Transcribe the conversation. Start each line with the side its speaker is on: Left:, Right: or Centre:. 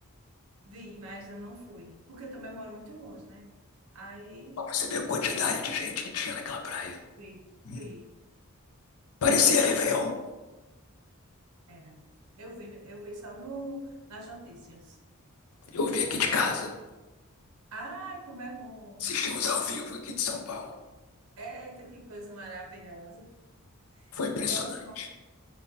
Right: Vi, mas eu não fui. Porque eu também moro muito longe, né? Aí
Left: Ó, Você vê a quantidade de gente que tinha naquela praia.
Right: vi,
Left: Hum,
Right: vi.
Left: Parecia
Right: Gente, de...
Left: Réveillon.
Right: era. Eu vi, eu vi só no, nas notícias.
Left: Eu vi aqui de casa.
Right: Ai, como é bom!
Left: Assistimos ao vivo aqui de São Paulo.
Right: Eita, que coisa maravilhosa.
Left: Foi impressionante.
Right: Então você é